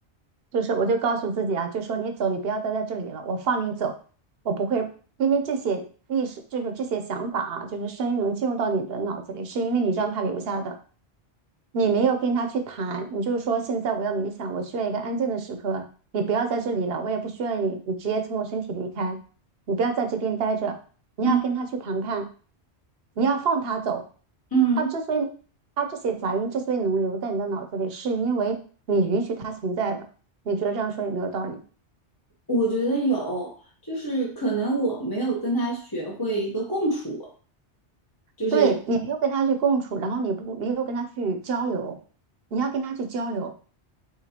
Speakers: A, on the right; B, on the left.
A: 就是我就告诉自己啊，就说你走，你不要待在这里了，我放你走，我不会因为这些意识，就是这些想法啊，就是声音能进入到你的脑子里，是因为你让它留下的。你没有跟他去谈，你就是说现在我要冥想，我需要一个安静的时刻，你不要在这里了，我也不需要你，你直接从我身体离开，你不要在这边待着，你要跟他去谈判，
B: 嗯
A: 你要放他走。
B: 嗯，
A: 他之所以，他这些杂音之所以能留在你的脑子里，是因为你允许他存在的。你觉得这样说有没有道理？
B: 我觉得有，就是可能我没有跟他学会一个共处。就是
A: 对，你没有跟他去共处，然后你不没有跟他去交流，你要跟他去交流。